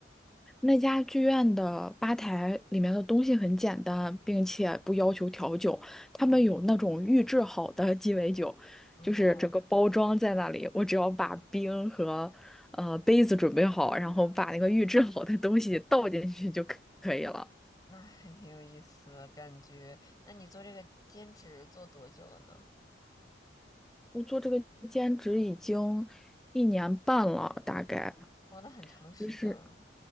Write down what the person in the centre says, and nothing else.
那家剧院的吧台里面的东西很简单，并且不要求调酒。他们有那种预制好的鸡尾酒，
就是整个包装在那里，我只要把冰和呃杯子准备好，然后把那个预制好的东西倒进去就可可以了。
我做这个兼职已经一年半了，大概。
就是